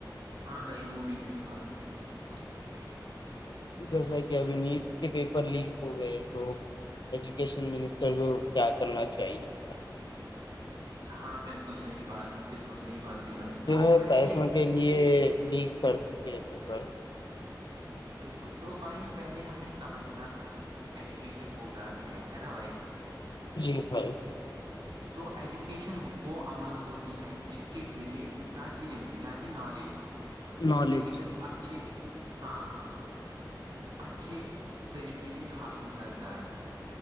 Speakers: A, on the right (about 75°); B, on the left (about 70°).
A: ہاں بھائی وہ بھی صحیح بات ہے وہ صحیح رہے گا
B: جیسا کہ ابھی نیٹس کے پیپر لیک ہو گئے تو ایجوکیشن منسٹر کو کیا کرنا چاہیے
A: ہاں بالکل صحیح بات بالکل صحیح بات کہی آپ نے
B: جو
A: تو
B: ہے
A: پہلے
B: پیسوں کے یہ لیک کرتی ت ہے پیپر
A: بالکل تو بھائی پہلے ہمیں سمجھنا چاہیے کہ ایجوکیشن ہوتا کیا ہے نا بھائی
B: جی بھائی
A: تو ایجوکیشن وہ عمل ہوتی ہے جس کے ذریعے انسان علم یعنی نالج
B: نالج
A: سکلز اچھھی ہاں اچھے طریقے سے حاصل کرتا ہے